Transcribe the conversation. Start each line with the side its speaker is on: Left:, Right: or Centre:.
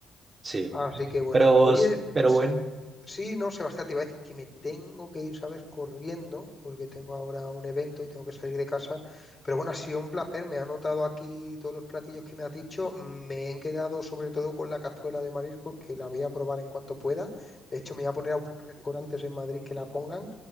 Right: sí.
Left: Así que bueno,
Right: Pero,
Left: oye,
Right: pero
Left: se-
Right: bueno,
Left: Sí, no, Sebastián, te iba a decir <laughs> que me tengo que ir, ¿sabes? Corriendo, porque tengo ahora un evento y tengo que salir de casa. Pero bueno, ha sido un placer. Me ha anotado aquí todos los platillos que me has dicho. Me he quedado sobre todo con la cazuela de mariscos, que la voy a probar en cuanto pueda. De hecho, me voy a poner a buscar restaurantes en Madrid que la pongan,